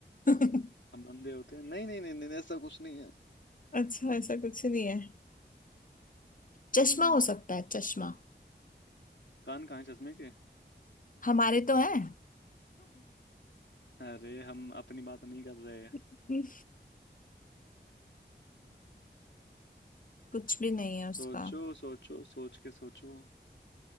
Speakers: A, on the left; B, on the left.
A: <laughs>
B: हम अंधे होते हैं नहीं नहीं नहीं नहीं ऐसा कुछ नहीं है
A: अच्छा ऐसा कुछ नहीं है चश्मा
B: हम्म
A: हो सकता है चश्मा
B: कान कहाँ है चश्मे के
A: हमारे तो है
B: अरे हम अपनी बात नहीं कर रहे
A: हम्म कुछ भी नहीं है उसका
B: सोचो सोचो सोच के सोचो